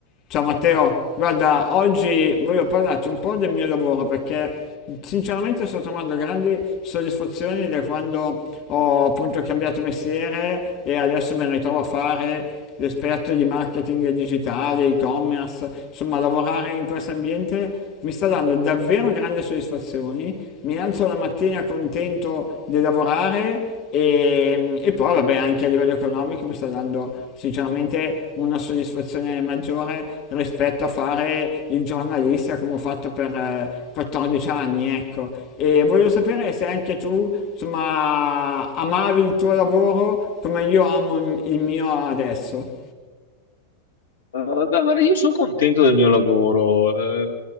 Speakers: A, on the left (about 40°); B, on the left (about 65°).
A: Ciao Matteo, guarda, oggi voglio parlarti un po' del mio lavoro perché sinceramente sto trovando grandi soddisfazioni da quando ho appunto cambiato mestiere e adesso mi ritrovo a fare l'esperto di marketing digitale, e-commerce, insomma lavorare in questo ambiente mi sta dando davvero grandi soddisfazioni, mi alzo la mattina contento di lavorare e, e poi, vabbè, anche a livello economico mi sta dando sinceramente una soddisfazione maggiore rispetto a fare il giornalista come ho fatto per eh, 14 anni, ecco. E voglio sapere se anche tu, insomma, amavi il tuo lavoro come io amo il il mio adesso.
B: Eh, beh, guarda, io sono contento del mio lavoro, eh,